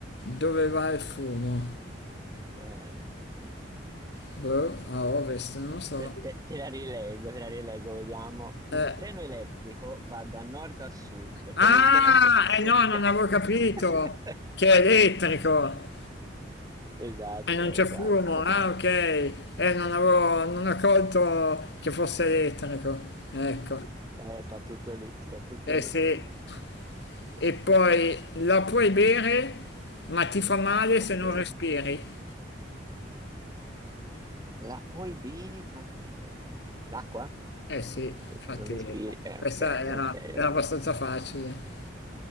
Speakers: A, on the left; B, on the right.
A: dove va il fumo?
B: Eh,
A: Boh, a ovest, non lo so.
B: te, te- te la rileggo, te la rileggo, vediamo. Un
A: Eh,
B: treno elettrico va da nord a sud
A: Ah,
B: con il vento che soffia...
A: eh no, non avevo capito
B: <laughs>
A: che è elettrico
B: Esatto,
A: e non c'è
B: esatto.
A: fumo. Ah, ok, eh, non avevo, non ho colto che fosse elettrico. Ecco,
B: Eh, sta tutto lì, sta tutto
A: eh
B: lì.
A: sì. E poi la puoi bere, ma ti fa male
B: Ok,
A: se non respiri.
B: La puoi bere, ma te- l'acqua?
A: Eh sì, infatti,
B: Se non respiri. Eh,
A: questa
B: ok,
A: era
B: ok,
A: era
B: ok.
A: abbastanza facile.